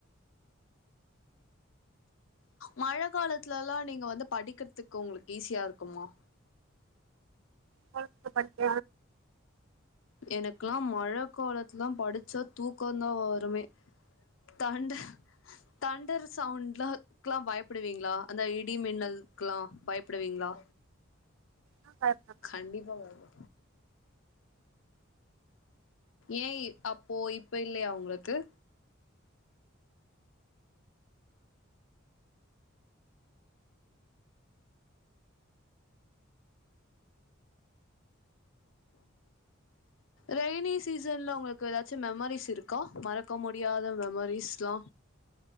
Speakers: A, on the left; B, on the right.
A: மழ காலத்துலலா நீங்க வந்து படிக்கற்துக்கு உங்களுக்கு ஈஸியா இருக்குமா
B: டொல்த்து படிச்ச
A: எனக்குலா மழ காலத்துலா படிச்சா தூக்கோந்தா வருமே தண்ட தண்டர் சவுண்ட்ல க்லா பயப்புடுவீங்ளா அந்த இடி மின்னலுக்லா பயப்புடுவீங்ளா
B: ஆ பயப்புவ
A: கண்டிப்பா பயப்பு ஏன்யி அப்போ இப்ப இல்லையா உங்ளுக்கு ரெய்னி சீசன்ல உங்களுக்கு எதாச்சு மெமரிஸ் இருக்கா மறக்க முடியாத மெமரிஸ்லா